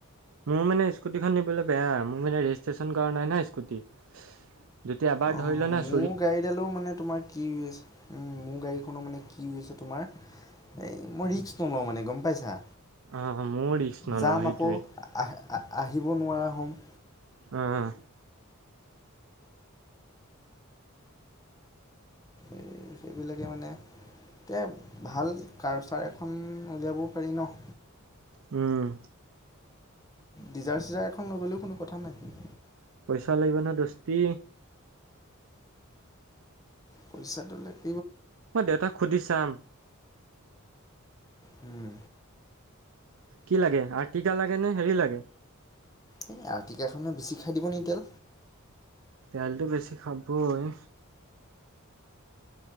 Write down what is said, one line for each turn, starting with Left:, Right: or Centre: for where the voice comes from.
Right: মোৰ মানে স্কুটিখন নিবলৈ বেয়া, মোৰ মানে ৰেজিষ্ট্ৰেশ্যন কৰা নাই নয়হ স্কুটি। যদি এবাৰ
Left: অঁ
Right: ধৰিলে নহয়।
Left: মোৰ গাড়ীডালেও মানে তোমাৰ কি আ হৈছে মোৰ গাড়ীখনো মানে কি হৈ আ হৈছে তোমাৰ। এই মই ৰিক্স নলওঁ মানে গম পাইছা।
Right: অ মইও নলও
Left: যাম
Right: সেইটোৱে।
Left: আকৌ আহ আহিব নোৱাৰা হ'ম।
Right: উম।
Left: এই সেইবিলাকে মানে। এ ভাল কাৰচাৰ এখন উলিয়াব পাৰি ন।
Right: উম।
Left: ডিজাৰ্ট চিজাৰ এখন লৈ গ'লেও কোনো কথা নাই।
Right: পইচা লাগিব ন দস্তি।
Left: পইচাটো লাগিব।
Right: মই দেউতাক সুধি চাম।
Left: হুম।
Right: কি লাগে আৰটিকা লাগে নে হেৰি লাগে।
Left: এই আতিকাখনে বেছি খাই দিব নি তেল।
Right: তেলটো বেছি খাবই হয়।